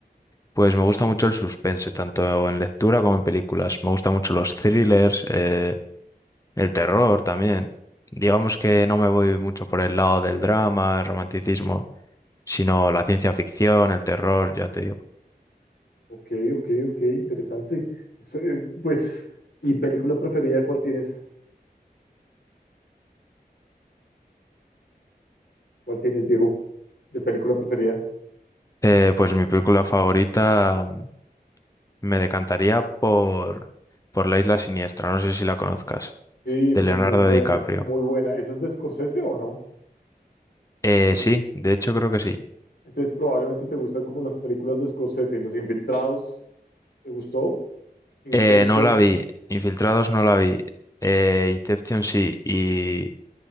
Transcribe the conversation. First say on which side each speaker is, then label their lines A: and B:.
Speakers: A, on the left; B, on the left.
A: pues me gusta mucho el suspense, tanto en lectura como en películas. Me gustan mucho los thrillers, eh, El terror también. Digamos que no me voy mucho por el lado del drama, el romanticismo, sino la ciencia ficción, el terror, ya te digo.
B: Ok, ok, ok, interesante. Es- es- pues, ¿y película preferida cuál tienes? ¿Cuál tienes, Diego? ¿De película preferida?
A: Eh, pues mi película favorita mm, me decantaría por, por La Isla Siniestra, no sé si la conozcas,
B: Sí, sí,
A: de Leonardo
B: muy buena,
A: DiCaprio.
B: muy buena. ¿Esa es de Scorsese o no?
A: Eh,
B: Pero,
A: sí, de hecho creo que sí.
B: entonces probablemente te gustan como las películas de Scorsese, Los Infiltrados, ¿te gustó? Inception,
A: Eh, no la vi, Infiltrados no la vi, eh, Inception sí, y,